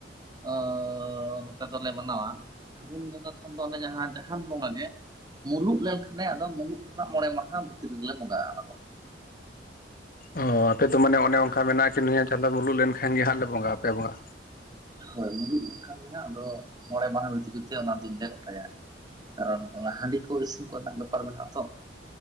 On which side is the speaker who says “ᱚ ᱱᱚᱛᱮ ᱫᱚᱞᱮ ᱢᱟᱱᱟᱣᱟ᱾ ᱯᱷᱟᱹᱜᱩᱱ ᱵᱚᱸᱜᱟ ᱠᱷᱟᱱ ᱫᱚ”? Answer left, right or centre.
Right